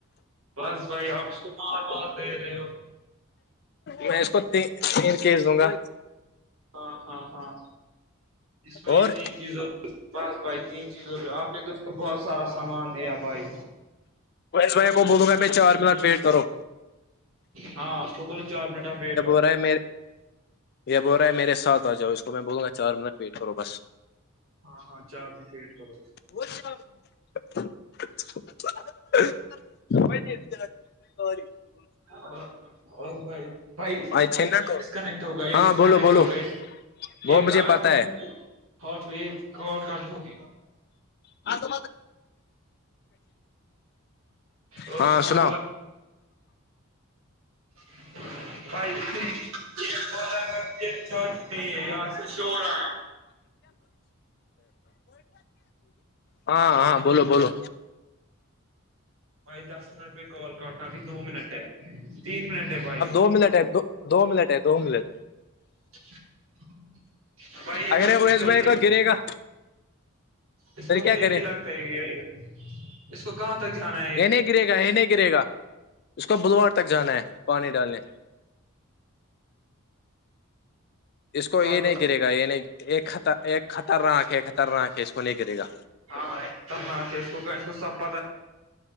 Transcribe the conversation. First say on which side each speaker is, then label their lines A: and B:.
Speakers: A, on the right; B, on the left.
A: بس بھائی آپ اس کو مال مال دے رہے ہو
B: میں اس کو ت تین کیس دوں گا
A: ہاں ہاں ہاں اس میںت
B: اور
A: چیزوں بس بھائی تین چیز آپ نے تو اس کو بہت سارا سامان دیا بھائی
B: اس بج کو بولوں گا میں چار منٹ ویٹ کرو
A: ہاں سول چار منٹ وٹ کر
B: رہ ہے میر یہ ب ہو رہا ہے میرے ساتھ آ جاؤ اس کو میں بولوں گا چار منٹ ویٹ کرو بس
A: ہاں ہاں چار منٹے ویٹ کرو
B: وہ <unintelligible>
A: اور اور بھائی بھائی
B: آنا
A: بائی یہ
B: کو
A: ڈسکنیکٹ ہو گئے یہ
B: ہاں
A: ڈسکنیکٹ
B: بولو بولو
A: ہو گئے
B: وہ
A: ایک
B: مجھے
A: اگر
B: پتا
A: تم
B: ہے
A: ہٹ یہ کول کٹ ہوگی
B: ہاں تو
A: اور
B: ہاں
A: سنا
B: سناؤ
A: گب بھائی یہ ب رہا ر چارج نہیں ہے ار سے شور آیا
B: ہاں ہاں بولو بولو
A: بھائی دس منٹ پہ کال کرنا بھی دو منٹ ہے تین منٹ ہے بھائی
B: ملا ٹائپ کو دو منٹ ہے دو ملٹ
A: <unintelligible> بھائی یہ
B: اگرے
A: تو
B: وہیس
A: نکل
B: بھائی
A: گئی
B: کا گرے گا
A: اس
B: پھر
A: کو مجھے
B: کیا کرے
A: نہیں لگتا کہ اس کو کہاں تک جانا ہے
B: نہیں گرے گا ہ گرے گا اس کو بدوار تک جانا ہے پانی ڈالنے اس کو
A: بس
B: یہ نہیں
A: بس
B: گے گا یہ نہیں ایکطر خطرناہک ہے خطرہک ہے اس کو نہیں گے گا
A: ہاں خطرناک ہے اس کو کہ اس کو سب پتا